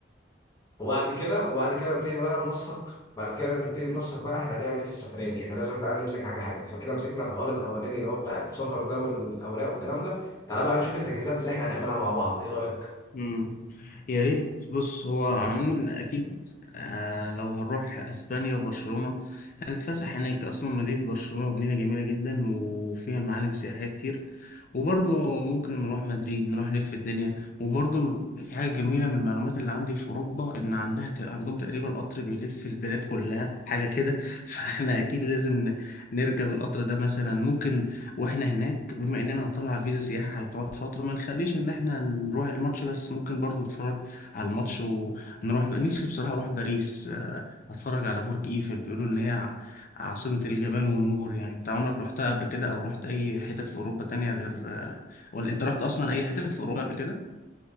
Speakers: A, on the left; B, on the left.
A: وبعد كده وبعد كده نبتدي بقى ننسق بعد كده نبتدي ننسق بقى احنا هنعمل ايه في السفريه دي احنا لازم بقى نمسك حاجه حاجه احنا كده مسكنا الحوار الاولاني اللي هو بتاع السفر ده والاوراق والكلام ده تعالى بقى نشوف التجهيزات اللي احنا هنعملها مع بعض ايه رايك
B: مم. يا ريت بص هو عموما اكيد آه لو هنروح اسبانيا وبرشلونه هنتفسح هناك اصلا مدينه برشلونه مدينه جميله جدا وفيها معالم سياحيه كتير وبرضه ممكن نروح مدريد نروح نلف الدنيا وبرضه في حاجه جميله من المعلومات اللي عندي في اوروبا ان عندها ت- عندهم تقريبا قطر بيلف البلاد كلها حاجه كده <laughs> فاحنا اكيد لازم ن- نركب القطر ده مثلا ممكن واحنا هناك بما اننا هنطلع فيزا سياحة هتقعد فترة ما نخليش ان احنا نروح الماتش بس ممكن برضو نتفرج على الماتش ونروح نفسي بصراحة اروح باريس آه، اتفرج على برج ايفل بيقولوا ان هي ع- عاصمة الجمال والنور يعني انت عمرك رحتها قبل كده او رحت اي حتت في اوروبا تانية غير آه، ولا انت رحت اصلا اي حتت في اوروبا قبل كده؟